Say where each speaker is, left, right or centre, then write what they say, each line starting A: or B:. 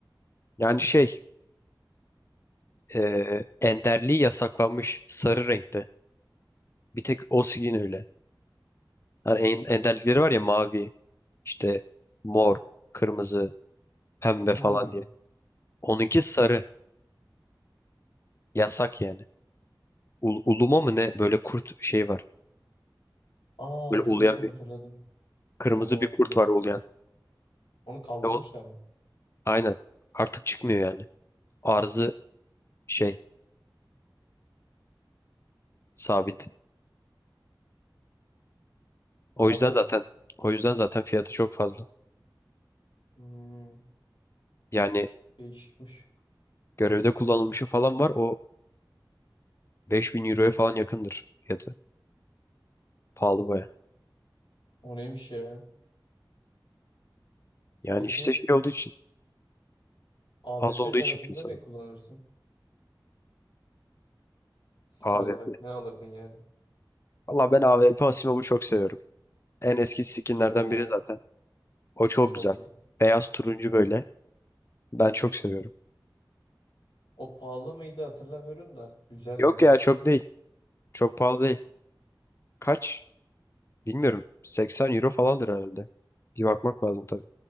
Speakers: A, on the left; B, on the left.
A: yani şey ee, enderliği yasaklanmış sarı renkte. Bir tek o skin öyle. Yani en, enderlikleri var ya mavi, işte mor, kırmızı, pembe
B: Hmm.
A: falan diye. Onunki sarı. Yasak yani. Ul- uluma mı ne? Böyle kurt şey var.
B: Aa
A: Böyle
B: hatırladım
A: uluyan bir
B: hatırladım.
A: Kırmızı
B: Tamam
A: bir
B: hatırladım.
A: kurt var uluyan.
B: Onu kaldırmışlar
A: Ve o,
B: mı?
A: aynen. Artık çıkmıyor yani. Arzı şey sabit. O
B: Allah
A: yüzden zaten
B: Allah.
A: o yüzden zaten fiyatı çok fazla.
B: Hmm,
A: Yani
B: değişikmiş.
A: görevde kullanılmışı falan var. O 5000 euroya falan yakındır fiyatı. Pahalı baya.
B: O neymiş ya?
A: Yani
B: Peki
A: işte şey olduğu için
B: A
A: az
B: W P
A: olduğu
B: tarafında
A: için piyasada.
B: ne kullanırsın? Skin
A: AVP.
B: olarak ne alırdın yani?
A: Valla ben AVP Asimov'u çok seviyorum. En eski skinlerden
B: O
A: biri zaten. O çok
B: çok
A: güzel.
B: iyi.
A: Beyaz turuncu böyle. Ben çok seviyorum.
B: O pahalı mıydı hatırlamıyorum da güzeldi.
A: Yok ya çok değil. Çok pahalı değil. Kaç? Bilmiyorum. 80 euro falandır herhalde. Bir bakmak lazım tabii.